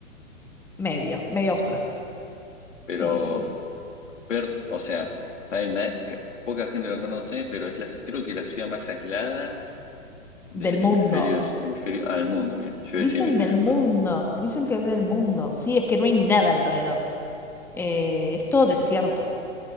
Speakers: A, in the centre; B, on the left.
A: medio, medio Australia.
B: Pero
A: Em,
B: Perth, o sea, está en la- que poca gente lo conoce, pero es la, creo que la ciudad más aislada del
A: del mundo.
B: hemisferio, hemisferio ah, del mundo, mira, yo
A: Dicen
B: decía hemisferio
A: del mundo,
B: sur.
A: dicen que es del mundo. Sí, es que no hay nada alrededor. Eh, es todo desierto.